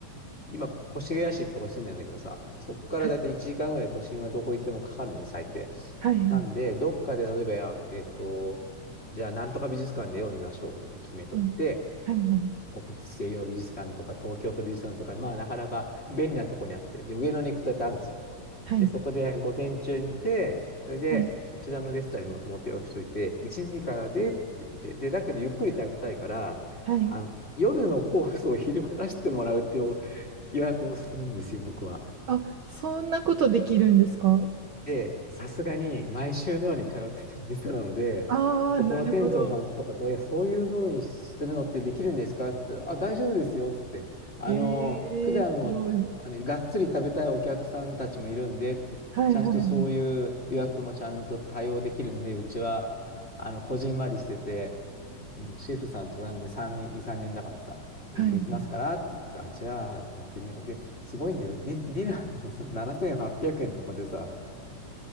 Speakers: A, on the left (about 30°); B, on the right (about 65°).
A: 今、越谷市ってとこに住んでんだけどさ、そこからだいたい1時間ぐらい都心はどこ行ってもかかるのね、
B: はい
A: 最低。
B: はい
A: なんで、どっかで例えばや、えっと、じゃあ、なんとか美術館で絵を見ましょうって決めといて、
B: はいはいはい
A: 国立西洋美術館とか東京都美術館とか、まあ、なかなか便利なとこにあって、で、上野に行くとだってあるんですよ。
B: はい
A: で、そこで午前中見て、それで、
B: はい
A: こちらのレストランにもともと予約しといて、1時からでって言って、で、だけどゆっくり食べたいから、
B: はい。
A: あの、夜のコースを昼間出してもらうっていう予約をするんですよ、僕は。
B: あ、そんなことできるんですか
A: で、さすがに毎週のように通ってた店なので、
B: ああー、
A: そこの店長さんとかと、
B: なるほど。
A: いや、そういうふうにするのってできるんですかって言ったら、あ、大丈夫ですよ、つって。あの、
B: え
A: 普段も、
B: えー、すごい。
A: あの、がっつり食べたいお客さんたちもいるんで、って、
B: はいはい
A: ちゃんとそういう予約もちゃんと対応できるんで、うちは、あの、こじんまりしてて、うん、シェフさんとかなんで3人、2、3人だからさ、
B: はい。
A: うんできますからって言って、
B: はい
A: あ、じゃあやってみよう。で、すごいんだよ。ディ、ディナーでもさ、7800円とかでさ、